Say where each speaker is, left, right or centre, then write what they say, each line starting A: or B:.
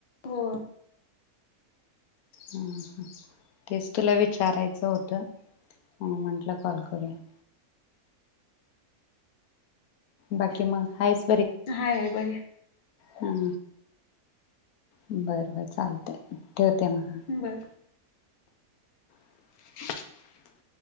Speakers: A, on the left; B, on the left.
A: हो
B: ह तेच तुला विचारायचं होतं म्हणून म्हटलं कॉल करूया बाकी मग हायस
A: हाय हाय बरी आहे
B: हम बर बर चालतय ठेवते मग
A: बर
B: <inaudible>